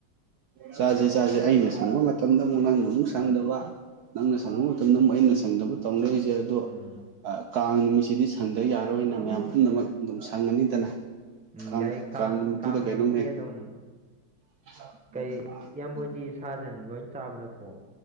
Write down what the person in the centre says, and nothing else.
ꯎꯝ
ꯎꯝ
ꯎꯝ
ꯎꯝ
ꯌꯥꯏꯌꯦ
ꯅꯨꯃꯤꯠꯁꯦ ꯑꯗꯨꯝ
ꯀꯩ ꯏꯌꯥꯝꯕ ꯍꯣꯏꯗꯤ ꯁꯥ ꯖꯦꯟ ꯂꯣꯏ ꯆꯥꯕ ꯅꯠꯇ꯭ꯔꯣ